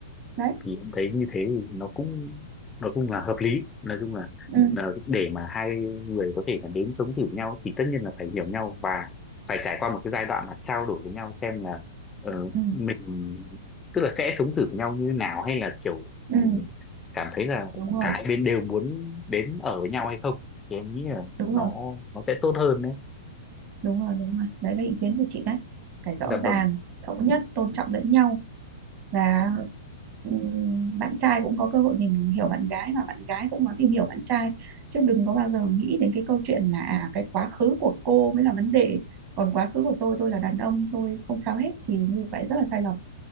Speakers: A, on the right; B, on the left.
A: đấy
B: thì em thấy như thế thì nó cũng nó cũng là hợp lý nói chung là,
A: ừ,
B: là để mà hai người có thể là đến sống thử nhau thì tất nhiên là phải hiểu nhau và phải trải qua một cái giai đoạn là trao đổi với nhau xem là ờ,
A: ừ,
B: mình tức là sẽ sống thử với nhau như nào hay là kiểu
A: ừ.
B: ừ, cảm thấy là
A: đúng rồi
B: cả hai bên đều muốn đến ở với nhau hay không thì em nghĩ là
A: đúng
B: nó
A: rồi
B: nó sẽ tốt hơn đấy
A: đúng rồi đúng rồi đấy là ý kiến của chị đấy phải rõ
B: dạ
A: ràng
B: vâng
A: thống nhất tôn trọng lẫn nhau và ừm, bạn trai cũng có cơ hội tìm hiểu bạn gái và bạn gái cũng có tìm hiểu bạn trai chứ đừng có bao giờ nghĩ đến cái câu chuyện là à, cái quá khứ của cô mới là vấn đề còn quá khứ của tôi tôi là đàn ông tôi không sao hết thì như vậy rất là sai lầm